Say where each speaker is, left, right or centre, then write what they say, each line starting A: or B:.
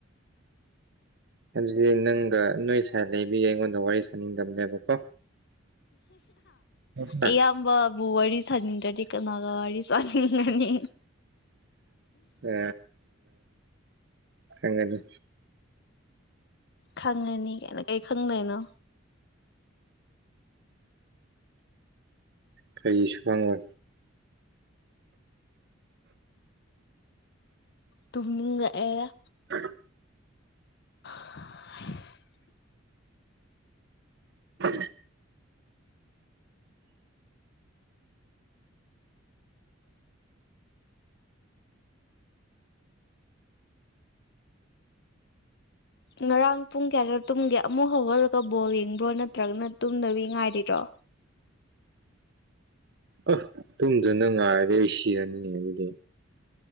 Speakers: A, on the right; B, on the left.
A: ꯍꯥꯏꯕꯗꯤ ꯅꯪꯒ ꯅꯣꯏ ꯁꯋꯥꯏ ꯂꯩꯕꯤꯌꯦ ꯑꯩꯉꯣꯟꯗ ꯋꯥꯔꯤ ꯁꯥꯅꯤꯡꯗꯕꯅꯦꯕꯀꯣ ꯑ
B: ꯑꯌꯥꯝꯕꯕꯨ ꯋꯥꯔꯤ ꯁꯥꯅꯤꯡꯗ꯭ꯔꯗꯤ ꯀꯅꯥꯒ ꯋꯥꯔꯤ ꯁꯥꯅꯤꯡꯉꯅꯤ
A: ꯑ ꯑꯉꯅꯤ
B: ꯈꯪꯉꯅꯤ ꯀꯅ ꯀꯩ ꯈꯪꯗꯣꯏꯅꯣ
A: ꯀꯩꯁꯨ ꯈꯉꯣ
B: ꯇꯨꯝꯅꯤꯡꯉꯛꯑꯦ
A: ꯑ
B: <inaudible>
A: ꯐ
B: ꯉꯔꯥꯡ ꯄꯨꯡ ꯀꯌꯥꯗ ꯇꯨꯝꯒꯦ ꯑꯃꯨꯛ ꯍꯧꯒꯠꯂꯒ ꯕꯣꯜ ꯌꯦꯡꯕ꯭ꯔꯣ ꯅꯠꯇ꯭ꯔꯒꯅ ꯇꯨꯝꯗꯕꯤ ꯉꯥꯏꯔꯤꯔꯣ
A: <inaudible> ꯑ ꯇꯨꯝꯗꯨꯅ ꯉꯥꯏꯔꯦ ꯑꯩ ꯁꯤꯔꯅꯤ ꯑꯗꯨꯗꯤ